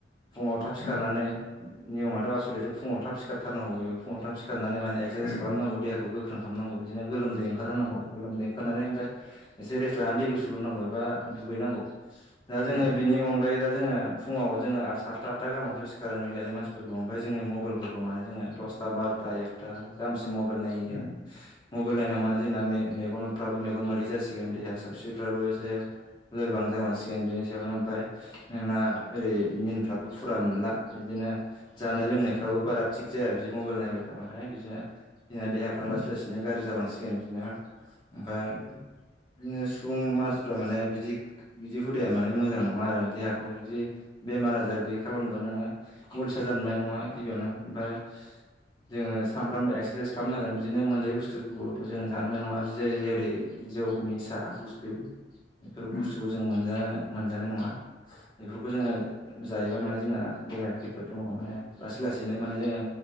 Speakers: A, on the left (about 25°); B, on the left (about 85°).
A: फुङाव थाब सिखारनानै
B: उम
A: नियमाथ' आसलथे' फुङाव थाब सिखारथारनांगौ ब फुाङाव थाब सिखार नै माने माने एक्सारसाइस
B: उम
A: खालामनांगौ देहाखौ गोख्रों खालामनांगौ बिदिनो गोलोमदै ओंखारहोनांगौ गोलोमदै ओंखारनानै ओमफ्राय एसे रेस्ट लानानै दै गु सु ल'नांगौ एबा दुगैनांगौ दा जोङो
B: उम
A: बिनि अनगायै दा जोङो फुङाव जोङो सातथा आतथा गामसो सिखारनाय नुयो दानि मानसिफोरखौ ओमफ्राय जोंनि मबाइल फोरफोरखौ माने जोङो दस था बार'था एगथा गाहाम सिम मबाइल मबाइल नायो जोङो
B: उम
A: मबाइल नायनानै माने जोंना मे-मेगनफ्राबो मेगन मोदै जासिगोन देहा सावस्रिफ्राबो एसे लोरबां जालांसिगोन बेनि सायावनो ओमफ्राय नोंना ओरै निनफ्राबो फुरा मोनला बिदिनो जानाय लोंनायफ्राबो बारा थिग जाया बिदि मबाइल नाय थाबाथाय बिदिनो जोंना देहाफ्रा
B: उम
A: लासै लासैनो गाज्रि जालांसिगोन बिदिनो ओमफ्राय बिदिनो सुबुं मानसिफ्रा माने बिदि बिदि हुदाया माने मोजां नङा आरो देहाखौ बिदि बेमार आजार गैयि खालामबा नोङो अलसिया जानो मोननाय नङा गिबियावनो ओमफ्राय जोङो सानफ्रामबो एक्सारसाइस खालामनांगोन बिदिनो मोनजायै बुस्थुखौ जों जानोनाय नङा बिदि जेरै जौ निसा बुस्थु बेफोर बुस्थुखौ
B: उम
A: जों मोनजा मोन जानाय नङा। बेफोरखौ जोङो जायोबा माने जोंना देहाया खैफोद दङ माने लासै लासैनो माने जोङो